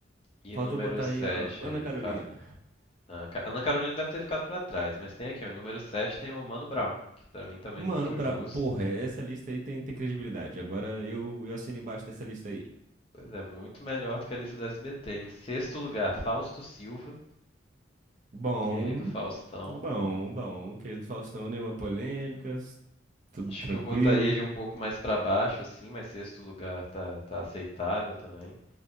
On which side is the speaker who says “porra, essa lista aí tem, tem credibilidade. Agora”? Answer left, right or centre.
Right